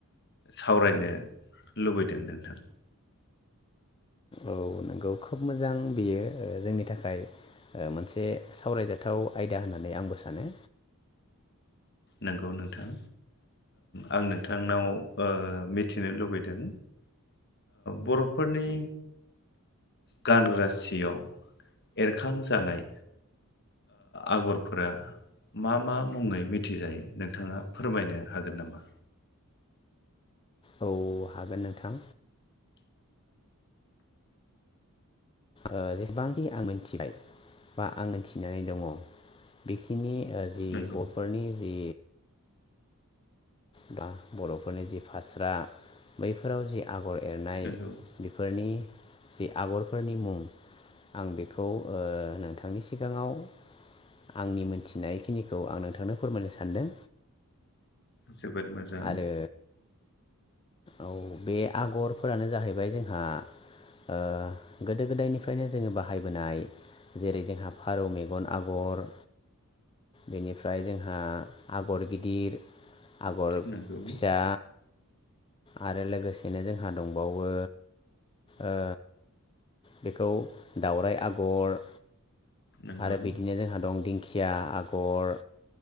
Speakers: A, on the left; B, on the left.
A: सावरायनो लुबैदों नोंथां
B: औ नंगौ खोब मोजां बेयो ओ जोंनि थाखाय ओ मोनसे सावरायजाथाव आयदा होननानै आंबो सानो
A: नंगौ नोंथां आं नोंथांनाव ओ मिथिनो लुबैदों बर'फोरनि गानग्रा सियाव एरखांजानाय आगरफोरा मा मा मुङै मि मिथिजायो नोंथाङा फोरमायनो हागोन नामा
B: औ हागोन नोंथां ओ जेसेबांखि आं मोनथिबाय बा आं मिथिनानै दङ बेखिनि जि
A: नंगौ
B: बर'फोरनि जि बा बर'फोरनि जि फास्रा बैफोराव जि आगर एरनाय
A: नंगौ
B: बेफोरनि जि आगरफोरनि मुं आं बेखौ ओ नोंथांनि सिगाङाव आंनि मोनथिनाय खिनिखौ आं नोंथांनो फोरमायनो सानदों
A: जोबोद मोजां
B: आरो औ बे आगरफोरानो जाहैबाय जोंहा ओ गोदो गोदायनिफ्रायनो जोङो बाहायबोनाय जेरै जोंहा फारौ मेगन आगर बेनिफ्राय जोंहा आगर गिदिर आगर
A: नंगौ
B: फिसा आरो लोगोसेनो जोंहा दंबावो ओ बेखौ दावराइ आगर
A: नंगौ
B: आरो बिदिनो जोंहा दं दिं दिंखिया आगर